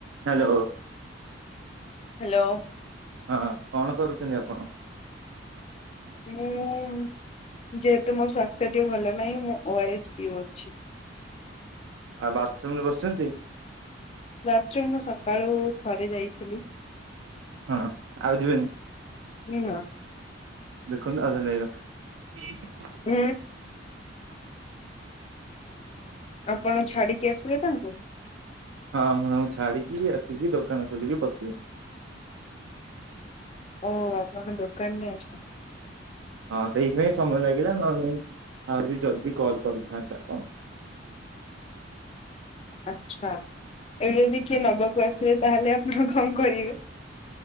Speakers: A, on the right (about 80°); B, on the left (about 30°).
A: Hello.
B: Hello.
A: ହଁ କଣ କରୁଚନ୍ତି ଆପଣ?
B: ହଁ ଯେ ତୁମୋ ସ୍ୱାସ୍ ସେ ଟିକେ ଭଲ ନାହିଁ ମୁଁ ଓ ଆର ଏସ୍ ପିଉ ଅଛି।
A: ଆଉ ବାଥରୁମ୍ ରେ ବସିଛନ୍ତି?
B: ରାତ୍ର ମୁଁ ସକାଳୁ ଥରେ ଯାଇଥିଲି।
A: ହଁ ଆଉ ଯିବେନି।
B: ନିହ।
A: ଦେଖନ୍ତୁ <unintelligible>
B: ଅଁ, ଆପଣ ଛାଡିକି ଆସିବେ ତାଙ୍କୁ?
A: ହଁ ମୁଁ ତାଙ୍କୁ ଛାଡିକି ଆସିକି ଦୋକାନ ଖୋଲିକି ବସିଲିଣି।
B: ଓ ଆପଣ ଦୋକାନରେ ଅଛନ୍ତି।
A: ହଁ ସେଇଥିପାଇଁ ସମୟ ଲାଗିଲା ନହେଲେ ଆହୁରି ଜଲଦି କଲ୍ କରିଥାନ୍ତା କଣ।
B: ଆଚ୍ଛା, ଏବେ ଯଦି କିଏ ନବାକୁ ଆସିଥିବେ ତାହାଲେ ଆପଣ କଣ କରିବେ?